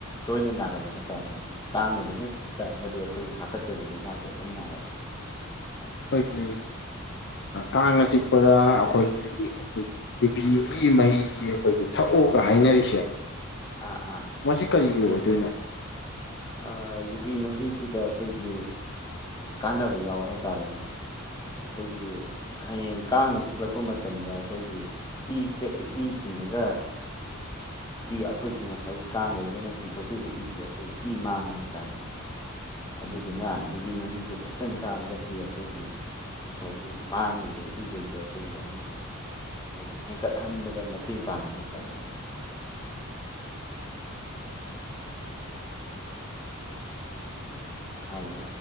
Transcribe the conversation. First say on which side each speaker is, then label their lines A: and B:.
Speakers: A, on the left; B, on the left.
A: ꯇꯣꯏꯅ ꯅꯥꯒꯜꯂꯦ ꯍꯥꯏꯇꯥꯔꯦꯅꯦ ꯀꯥꯡꯅꯕ ꯍꯦꯛ ꯆꯤꯛ ꯇꯥꯔꯒꯗꯤ ꯑꯩꯈꯣꯏꯒꯤ ꯍꯥꯀꯠꯆꯕꯤ ꯂꯥꯏꯅꯥꯁꯦ ꯑꯗꯨꯝ ꯅꯥꯏꯔꯦ
B: ꯑꯩꯈꯣꯏꯒꯤ ꯀꯥꯡꯅ ꯆꯤꯛꯄꯗ ꯑꯩꯈꯣꯏꯒꯤ ꯑꯩꯈꯣꯏꯒꯤ ꯌꯨꯕꯤꯒꯤ ꯃꯍꯤꯁꯤ ꯑꯩꯈꯣꯏꯒꯤ ꯊꯛꯑꯣꯒ ꯍꯥꯏꯅꯔꯤꯁꯦ
A: ꯑꯥ ꯑꯥ
B: ꯃꯁꯤ ꯀꯔꯤꯒꯤ ꯑꯣꯏꯗꯣꯏꯅꫭ
A: ꯑꯥ ꯌꯨꯕꯤ ꯃꯍꯤꯁꯤꯗ ꯑꯩꯈꯣꯏꯒꯤ ꯀꯥꯟꯅꯕ ꯌꯥꯎꯋꯦ ꯍꯥꯏꯇꯥꯔꯦꯅꯦ ꯑꯩꯈꯣꯏꯒꯤ ꯍꯌꯦꯡ ꯀꯥꯡꯅ ꯆꯤꯛꯂꯛꯄ ꯃꯇꯝꯗ ꯑꯩꯈꯣꯏꯒꯤ ꯏ ꯆ‌ꯦ ꯆꯤꯡꯉꯒ ꯏ ꯑꯩꯈꯣꯏꯒꯤ ꯉꯁꯥꯏꯒꯤ ꯀꯥꯡꯈꯩꯗꯨꯅ ꯆꯤꯡꯊꯣꯛꯈꯤꯕ ꯏꯁꯦ ꯑꯩꯈꯣꯏꯒꯤ ꯏ ꯃꯥꯡꯉꯦ ꯍꯥꯏꯇꯥꯔꯦꯅꯦ ꯑꯗꯨꯗꯨꯅ ꯌꯨꯕꯤ ꯃꯍꯤꯁꯦ ꯊꯛꯆꯟ ꯇꯥꯔꯒꯗꯤ ꯑꯩꯈꯣꯏꯒꯤ ꯉꯁꯥꯏꯒꯤ ꯃꯥꯡꯉꯤꯕ ꯏꯈꯩꯗꯣ ꯑꯩꯈꯣꯏꯒꯤ ꯑꯃꯨꯛ ꯍꯥꯏꯗꯤ ꯍꯦꯟꯀꯠꯍꯟꯕꯗ ꯃꯇꯦꯡ ꯄꯥꯡꯉꯦ ꯍꯥꯏꯇꯥꯔꯦ ꯍꯜꯂꯣ